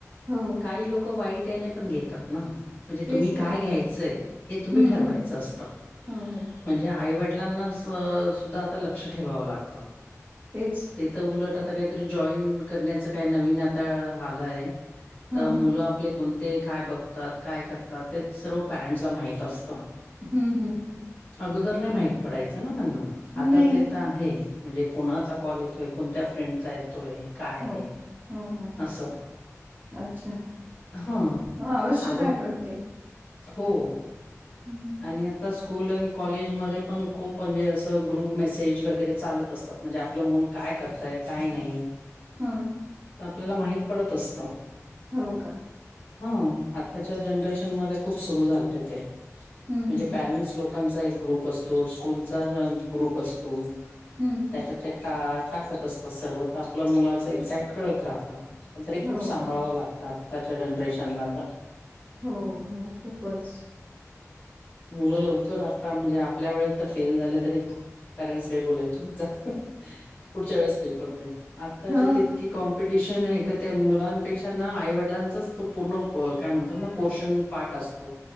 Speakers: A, on the right; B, on the left.
A: हम्मं
B: कांहीं लोकं वाईट यांने पणं घेतांत नां म्हणजे
A: तेच
B: तुम्हीं कायं
A: तर
B: घ्यायचंय हे तुम्हीं
A: हम्म
B: ठरवायचं
A: हम्म
B: असतं
A: हो हो
B: म्हणजे आईवडिलांनाच सुद्धां आंता लंक्ष ठेवावं लागतं
A: तेचं
B: ते तरं उलटं आंता कांहीतरी जॉईन करण्याचं कायं नवीन आंता आलंय
A: हा
B: तरं मुलं आपले कोणते कायं बघतांत कायं करतांत ते सर्व पॅरेंट्सला माहित असतं
A: हम्मं हम्मं हम्मं
B: अगोदर नाहीं माहित पडायचं नां त्यांना आंता
A: नाही
B: ते तरं आहे म्हणजे कोणानचा कॉल येतोय कोणत्यां फ्रेंडचा येतोय कायं
A: हो
B: आहे
A: हो हो
B: असं
A: अच्छा
B: हा
A: हो आवश्यक
B: अगो
A: आहे पणं ते
B: हो
A: हम्मं
B: आणि आंता स्कूंल आणि कॉलेजमध्यें पणं खूंप म्हणजे असं ग्रुप मेसेज वगैरें चालतं असतांत म्हणजे आपलं मूलं कायं करतंय कायं नाहीं
A: हम्मं
B: तरं आपल्यांला माहीत पडतं असतं
A: हो कां
B: हां आत्तांच्या जनरेशन मध्यें खूंप सुरूं झाले ते
A: हम्म
B: म्हणजे
A: हम्म
B: पॅरेंट्स लोकांचा एक ग्रुप असतो स्कूंलच्या ग्रुप असतो.
A: हम्मं.
B: त्यांच्यात ते टाकतं असतांत सर्व तरं आपल्या मुलाचं एक्झॅक्ट कळतं राहतं. पणं तरी खूंप
A: हो
B: सांभाळावं
A: का
B: लागतं आत्तांच्या जनरेशनला तरं
A: हो हो खूपचं.
B: मुलं लवकरं आंता म्हणजे आपल्या वेळेेत तरं फेल झालं तरी पॅरेंट्स कांहीं बोलायचे नाही जातं. पुढच्यां वेळेस पेपर दे आंताचे
A: ह
B: तरं इतकी कॉम. कॉम्पिटिशन आहे त्यां मुलांपेक्षा नां आईवडिलांचाच तो पूर्ण कायं म्हणतांत नां पोर्शन पाप्ट असतो.